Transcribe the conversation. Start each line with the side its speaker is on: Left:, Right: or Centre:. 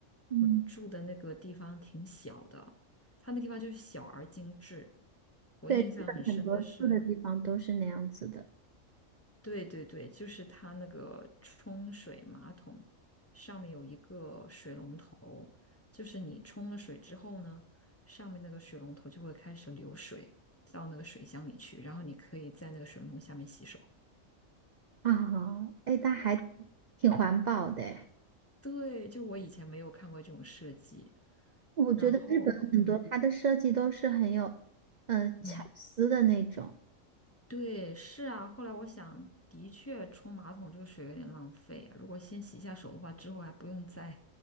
Right: 嗯，
Left: 我住的那个地方挺小的，它那地方就是小而精致。我印象很深的是，
Right: 对，日本很多住的地方都是那样子的
Left: 对对对，就是它那个冲水马桶上面有一个水龙头，就是你冲了水之后呢，上面那个水龙头就会开始流水到那个水箱里去，然后你可以在那个水龙头下面洗手。
Right: 啊，哎，它还挺环保的诶，
Left: 对，就我以前没有看过这种设计，
Right: 我觉得日本很多它的设计都是很有，
Left: 然后嗯
Right: 嗯、巧思的那种，
Left: 嗯。对，是啊。后来我想，的确冲马桶这个水有点浪费啊。如果先洗一下手的话，之后还不用再